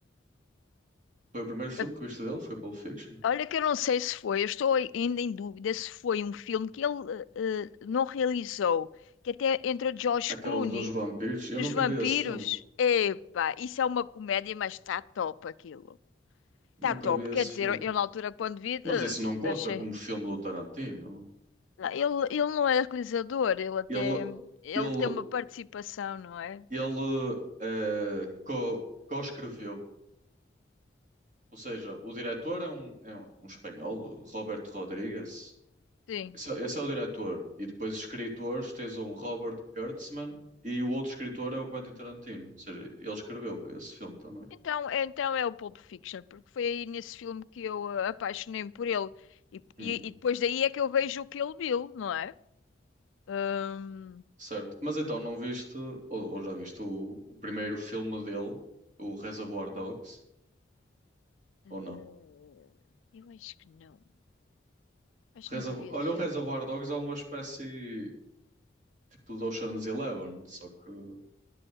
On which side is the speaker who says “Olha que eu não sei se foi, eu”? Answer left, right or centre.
Left